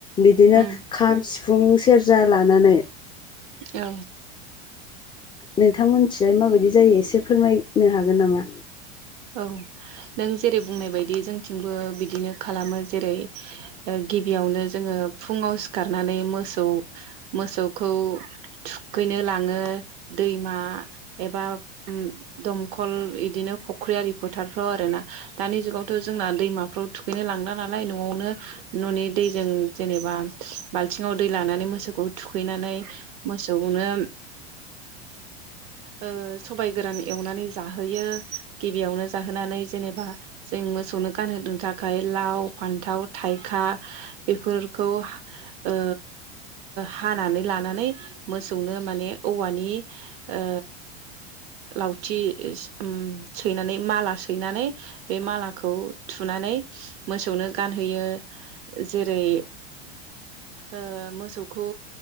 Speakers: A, on the left; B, on the right.
A: बिदिनो
B: उम
A: खाम सिफुं सेरजा लानानै।
B: औ
A: नोंथांमोन थिलानाय माबायदि जायो एसे फोरमायनो हागोन नामा?
B: औ नों जेरै बुंनाय बायदि जोंथिंबो बिदिनो खालामो जेरै ओ गिबियावनो जोङो फुङाव सिखारनानै मोसौ मोसौखौ थुखैनो लाङो दैमा एबा ओम दमखल इदिनो फ ख्रि आरो फोथारफ्राव आरो ना दानि जुगावथ' जोंना दैमाफ्राव थुखैनो लांला नालाय न'आवनो न'नि दैजों जेनेबा बाल्थिङाव दै लानानै मोसौखौ थुखैनानै मोसौनो ओ सबाइ गोरान एवनानै जाहोयो गिबियावनो जाहोनानै जेनेबा जों मोसौनो गानहोनो थाखाय लाव फान्थाव थाइखा बेफोरखौ ओ हानानै लानानै मोसौनो माने औवानि ओ लावथि सि ओम सैनानै माला सैनानै बे मालाखौ थुनानै मोसौनो गानहोयो जेरै- ओ मोसौखौ